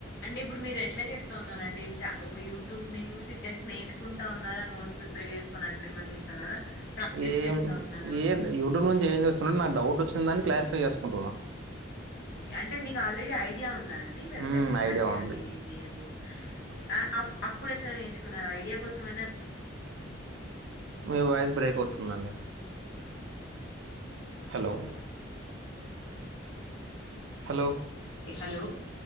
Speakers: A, on the left; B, on the right.
A: అంటే ఇప్పుడు మీరు ఎట్లా చేస్తా ఉన్నారంటే చ ఒక యూట్యూబ్ ని చూసి జస్ట్ నేర్చుకుంటా ఉన్నారా నోట్స్ ప్రిపేర్ జేసుకొని అట్లా ఏమన్నా చేస్తన్నారా ప్రాక్టీస్
B: ఏం
A: చేస్తా ఉన్నారా
B: ఏం యూట్యూబ్ నుంచి ఏం చేస్తున్న నాకు డౌట్ వచ్చింది దాన్ని క్లారిఫై చేస్ కుంటున్న
A: ఓకే అంటే మీకు ఆల్రెడీ ఐడియా ఉన్ దా అండి వెబ్సైట్
B: మ్మ్,
A: ఎలా
B: ఐడియా
A: చేయాలి
B: ఉంది
A: ఏంది అనేది స్ ఓకే ఆ అప్ అప్పుడు ఎట్లా నేర్చుకున్నారు ఐడియా కోసమేనా
B: మీ వాయిస్ బ్రేక్ అవుతుందండి హలో హలో
A: ఇ హలో